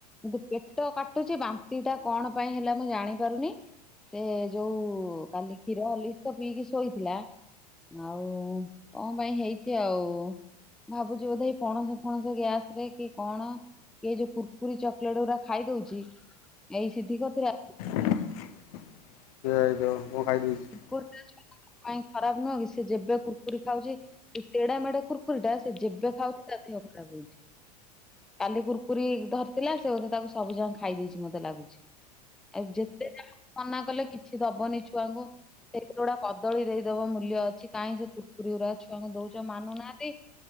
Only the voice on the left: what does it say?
ସିଏ ଯୋଉ ମୁଁ ଖାଇ ଦେଇଛି।